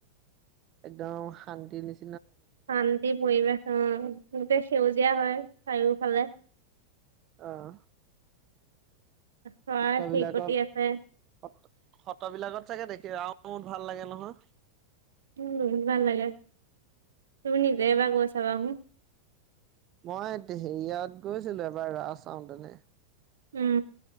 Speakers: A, on the right; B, on the right.
A: একদম শান্তি নিচনা
B: শান্তি পৰিৱেশ আহ গোটেই সেউজীয়া হয় চাৰিওফালে
A: আহ
B: চৰাই
A: সত্ৰবিলাকত
B: চিৰিকটি আছে
A: সত সত্ৰবিলাকত চাগে দেখি ইয়াত ৰাস ভাল লাগে নহয়
B: উ বহুত ভাল লাগে তুমি নিজে এবাৰ গৈ চাবা আহু
A: মই হেৰীয়াত গৈছিলো এবাৰ ৰাস চাওতেনে
B: উম